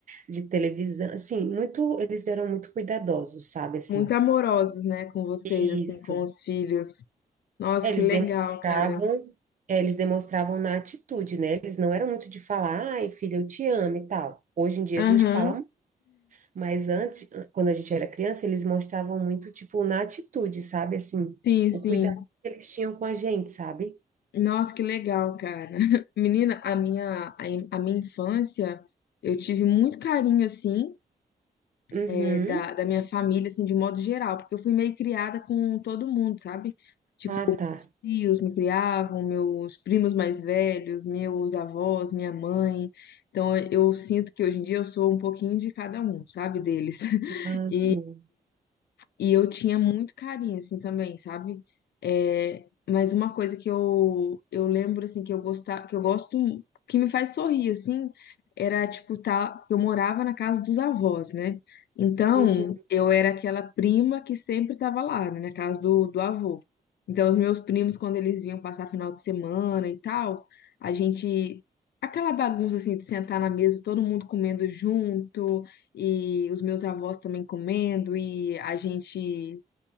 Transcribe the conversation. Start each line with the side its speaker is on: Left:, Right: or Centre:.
Right: de televisão. Assim, muito, eles eram muito cuidadosos, sabe, assim.
Left: Muito amorosos, né, com vocês,
Right: Isso.
Left: assim, com os filhos. Nossa,
Right: É,
Left: que
Right: eles
Left: legal,
Right: demonstravam,
Left: cara.
Right: é, eles demonstravam na atitude, né? Eles não eram muito de falar, ai, filha, eu te amo e tal. Hoje em dia
Left: Aham,
Right: a gente fala, mu- mas antes, quando a gente era criança, eles mostravam muito, tipo, na atitude, sabe? Assim,
Left: Sim,
Right: o
Left: sim.
Right: cuidado que eles tinham com a gente, sabe?
Left: Nossa, que legal, cara. <laughs> Menina, a minha, a, a minha infância, eu tive muito carinho, assim,
Right: Uhum.
Left: é, da, da minha família, assim, de modo geral, porque eu fui meio criada com todo mundo, sabe? Tipo,
Right: Ah,
Left: meus
Right: tá.
Left: tios me criavam, meus primos mais velhos, meus avós, minha mãe. Então, eu eu sinto que hoje em dia eu sou um pouquinho de cada um, sabe, deles. <laughs>
Right: Ah,
Left: E
Right: sim.
Left: e eu tinha muito carinho, assim, também, sabe? É, mas uma coisa que eu, eu lembro, assim, que eu gostava, que eu gosto, que me faz sorrir, assim, era, tipo, tá, eu morava na casa dos avós, né? Então,
Right: Uhum.
Left: eu era aquela prima que sempre tava lá, né, na casa do, do avô. Então, os meus primos, quando eles vinham passar final de semana e tal, a gente... Aquela bagunça, assim, de sentar na mesa, todo mundo comendo junto e os meus avós também comendo, e a gente